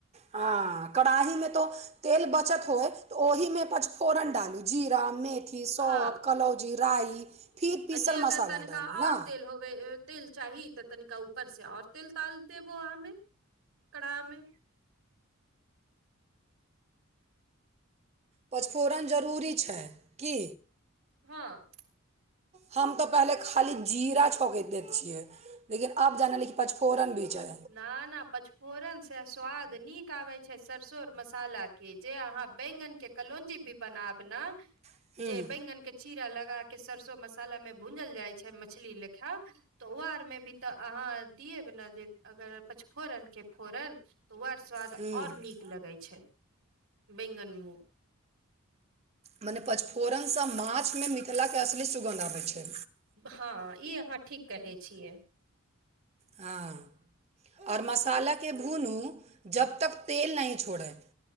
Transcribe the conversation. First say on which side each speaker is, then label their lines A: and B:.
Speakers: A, on the right; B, on the right.
A: हँ, कड़ाहिमे तोऽ तेल बचत होए तऽ ओहिमे पच फोरन डालू जीरा मेथी सौंफ
B: हँ
A: कलौजी राइ फिर पीसल
B: आ जे अगर
A: मसाला
B: तनिका
A: डालू
B: आओर
A: ने
B: तेल होबै तेल चाही तऽ तनिका ऊपरसँ आओर तेल डाल देबौ अहिमे कड़ाहमे।
A: पचफोरन जरूरी छै कि
B: हँ।
A: हम तऽ पहिले खाली जीरा छौक दैत छियै, लेकिन आब जानलहुँ जे पाँच फोरम भी छै
B: न न पाँच फोरनसँ स्वाद नीक आबै छै सरसो आ मसालाके जे अहाँ बैंगन के कलौंजी भी बनाब ने
A: ह्म
B: जे बैंगन के चीरा लगा कऽ सरसो मसालामे भूजल जाइत छै मछली लेऽ खा तऽ ओ आरमे भी तऽ अहाँ देब ने जँ पाँच फोरनक फोरन तऽ ओ स्वाद
A: ह्म
B: आओर नीक लगै छै बैंगन मे
A: मने पचफोरनसँ माछमे मिथिलाक असली सुगन्ध आबैत छै।
B: हँ ई अहाँ ठीक कहै छियै।
A: हँ आओर मसाला के भुनू जाबत तक तेल नहि छोड़ै